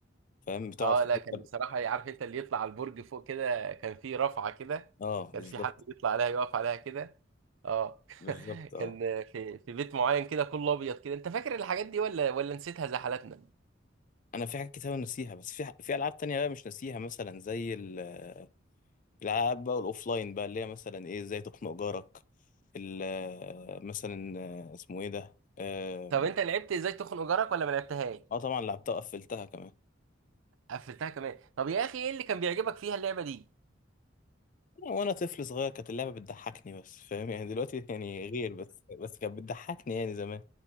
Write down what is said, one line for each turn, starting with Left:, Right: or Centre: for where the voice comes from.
Left: فاهم بتقعد
Right: اه
Left: في
Right: لا
Left: حته
Right: كان بصراحة عارف انت اللي يطلع على البرج فوق كده كان في رفعة كده
Left: اه
Right: كان
Left: بالظبط
Right: في حد بيطلع عليها يقف عليها كده اه
Left: بالظبط
Right: <laughs>
Left: اه
Right: كان في في بيت معين كده كله ابيض كده انت فاكر الحاجات دي ولا ولا نسيتها زي حالاتنا
Left: انا في حاجات كتير أوي ناسيها بس في ح- في العاب تانية بقى مش ناسيها مثلا زي ال- آه، الالعاب بقى الاوفلاين بقى اللي هي مثلا ايه ازاي تخنق جارك ال- آه، مثلا آه، اسمه ايه ده اه
Right: طب انت لعبت ازاي تخنق جارك ولا ما لعبتهاش
Left: آه، طبعا لعبتها قفلتها كمان
Right: قفلتها كمان طب يا اخي ايه اللي كان بيعجبك فيها اللعبه دي
Left: وانا طفل صغير كانت اللعبه بتضحكني بس فاهم يعني دلوقتي يعني غير بس بس كانت بتضحكني يعني زمان